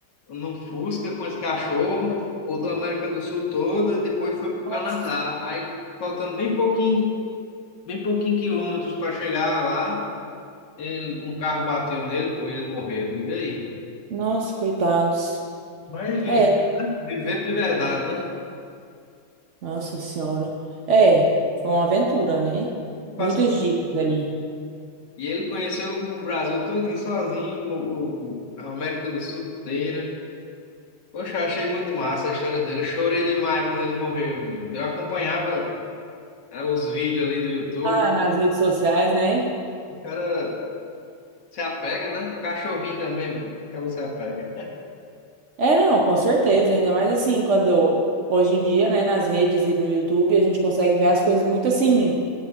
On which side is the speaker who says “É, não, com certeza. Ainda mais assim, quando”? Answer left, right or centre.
Right